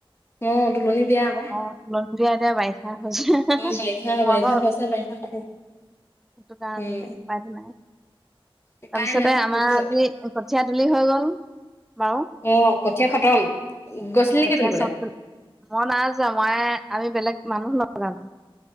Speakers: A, on the left; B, in the centre.
A: অ তুলনি বিয়া আক
B: তুলনি বিয়া এতিয়া বাৰিষা হৈছে
A: বাৰিষা
B: মই
A: বাৰিষা
B: আকৌ
A: হৈছে বাৰিষা পাতো
B: সেইটো কাৰণে
A: উম
B: দে উপায়টো নাই
A: উপায়
B: তাৰপিছতে
A: নাই
B: আমাৰ
A: কিন্তু
B: আজি কঠীয়া তুলি হৈ গল বাৰু।
A: অ কঠীয়া খতম? গৈছিলি নেকি
B: কঠীয়া
A: তুলিবলে
B: চব, মই নাইযোৱা মই আমি বেলেগ মানুহ লগালো।